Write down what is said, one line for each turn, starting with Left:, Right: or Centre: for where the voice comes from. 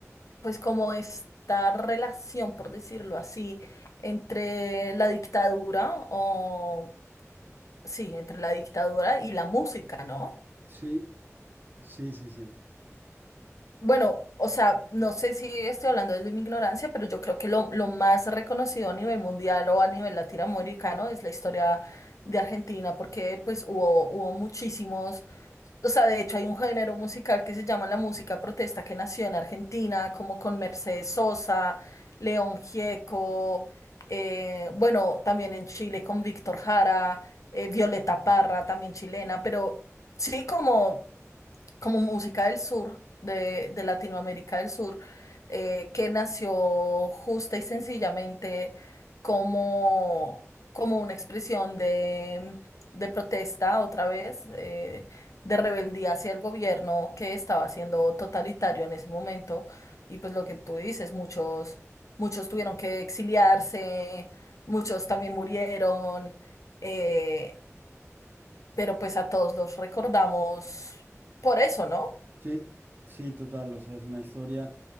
Left: pues como esta relación, por decirlo así, entre la dictadura o, sí, entre la dictadura y la música, ¿no?
Right: sí, sí, sí, sí.
Left: Bueno, o sea, no sé si estoy hablando desde mi ignorancia, pero yo creo que lo, lo más reconocido a nivel mundial o a nivel latinoamericano es la historia de Argentina, porque pues hubo, hubo muchísimos O sea, de hecho hay un género musical que se llama la música protesta que nació en Argentina, como con Mercedes Sosa, León Gieco, eh, bueno, también en Chile con Víctor Jara, eh, Violeta Parra, también chilena, pero sí como como música del sur, de, de Latinoamérica del Sur, eh, que nació justa y sencillamente como, como una expresión de, de protesta otra vez, eh, de rebeldía hacia el gobierno que estaba siendo totalitario en ese momento. Y pues lo que tú dices, muchos, muchos tuvieron que exiliarse, muchos también murieron, eh, pero pues a todos los recordamos por eso, ¿no?
Right: Sí, sí, total, o sea, es una historia.